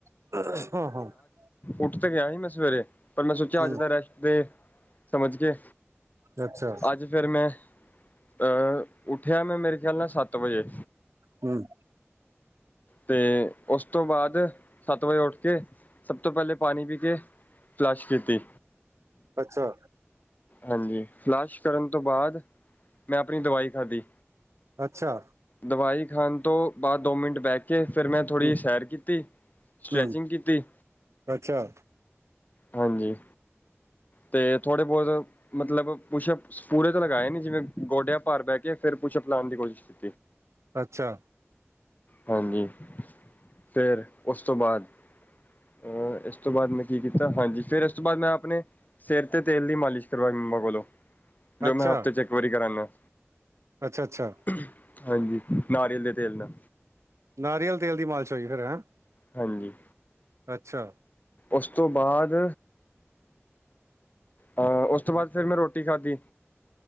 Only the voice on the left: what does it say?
ਉੱਠ ਤੇ ਗਿਆ ਹੀ ਮੈਂ ਸਵੇਰੇ, ਪਰ ਮੈਂ ਸੋਚਿਆ
ਅੱਜ ਦਾ ਰੈਸਟ ਤੇ ਸਮਝ ਕੇ,
ਅੱਜ ਫਿਰ ਮੈਂ, ਅਹ ਉੱਠਿਆ ਮੈਂ ਮੇਰੇ ਖਿਆਲ ਨਾਲ ਸੱਤ ਵਜੇ
ਤੇ ਉਸ ਤੋਂ ਬਾਅਦ ਸੱਤ ਵਜੇ ਉੱਠ ਕੇ, ਸਭ ਤੋਂ ਪਹਿਲੇ ਪਾਣੀ ਪੀ ਕੇ ਫਲਸ਼ ਕੀਤੀ।
ਹਾਂਜੀ, ਲਾਸ਼ ਕਰਨ ਤੋਂ ਬਾਅਦ ਮੈਂ ਆਪਣੀ ਦਵਾਈ ਖਾਧੀ।
ਦਵਾਈ ਖਾਣ ਤੋਂ ਬਾਅਦ ਦੋ ਮਿੰਟ ਬਹਿ ਕੇ, ਫਿਰ ਮੈਂ ਥੋੜ੍ਹੀ
ਜਿਹੀ ਸੈਰ ਕੀਤੀ। ਸਟ੍ਰੈਚਿੰਗ
ਕੀਤੀ।
ਹਾਂਜੀ, ਤੇ ਥੋੜੇ ਬਹੁਤ ਮਤਲਬ ਪੁੱਸ਼ਅਪ ਪੂਰੇ ਤੇ ਲਗਾਏ ਨੀਂ, ਜਿਵੇਂ ਗੋਡਿਆਂ ਭਾਰ ਬਹਿ ਕੇ ਫਿਰ ਪੁਸ਼ਅਪ ਲਾਉਣ ਦੀ ਕੋਸ਼ਿਸ਼ ਕੀ
ਹਾਂਜੀ, ਫੇਿਰ ਉਸ ਤੋਂ ਬਾਅਦ ਅ ਇਸ ਤੋਂ ਬਾਅਦ ਮੈਂ ਕੀ ਕੀਤਾ, ਹਾਂਜੀ ਫੇਰ ਇਸ ਤੋਂ ਬਾਅਦ ਮੈਂ ਆਪਣੇ, ਸਿਰ ਤੇ ਤੇਲ ਦੀ ਮਾਲਿਸ਼ <unintelligible> ਬੋਲੋ ਜੋ
ਮੈਂ ਹਫ਼ਤੇ ਚੈੱਕ ਵਾਰੀ ਕਰਾਂਗਾ।
<unintelligible> ਹਾਂਜੀ, ਨਾਰੀਅਲ ਦੇ ਤੇਲ ਨਾਂ।
ਹਾਂਜੀ।
ਉਸ ਤੋਂ ਬਾਅਦ ਅਹ ਉਸ ਤੋਂ ਬਾਅਦ ਫੇਰ ਮੈਂ ਰੋਟੀ ਖਾਧੀ।